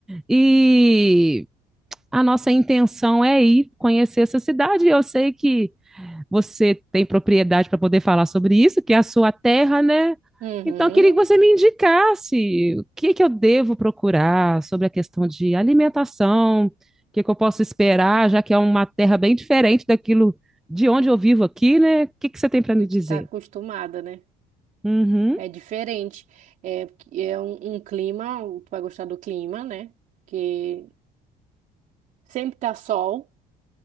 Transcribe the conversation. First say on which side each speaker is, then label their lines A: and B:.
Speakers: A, in the centre; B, on the right.
A: e a nossa intenção é ir conhecer essa cidade. Eu sei que Você tem propriedade para poder falar sobre isso, que é a sua terra, né?
B: Uhum,
A: Então, eu queria que você me indicasse o que que eu devo procurar sobre a questão de alimentação, o que que eu posso esperar, já que é uma terra bem diferente daquilo de onde eu vivo aqui, né? O que que você tem para
B: que
A: me
B: tu
A: dizer?
B: tá acostumada, né?
A: Uhum.
B: É diferente. É, porque é um, um clima, tu vai gostar do clima, né? Que sempre tá sol,